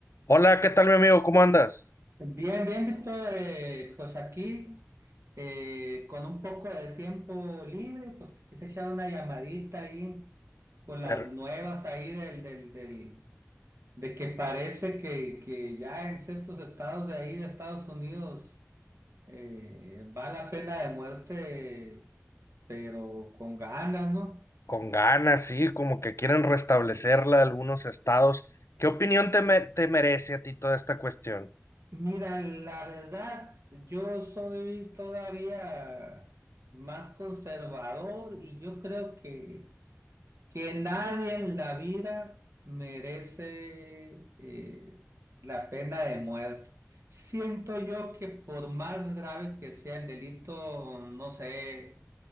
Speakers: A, on the left (about 60°); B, on the right (about 60°).
A: Hola, ¿qué tal, mi amigo? ¿Cómo andas?
B: Bien, bien, Víctor, eh, pues aquí eh, con un poco de tiempo libre, pues te quise echar una llamadita ahí con las
A: Pero
B: nuevas ahí del, del, del, de que parece que, que ya en ciertos estados de ahí de Estados Unidos eh, va la pena de muerte, pero con ganas, ¿no?
A: con ganas, sí, como que quieren restablecerla algunos estados. ¿Qué opinión te, me- te merece a ti toda esta cuestión?
B: Mira, la verdad, yo soy todavía más conservador y yo creo que Que nadie en la vida merece eh, la pena de muerte. Siento yo que por más grave que sea el delito, no sé,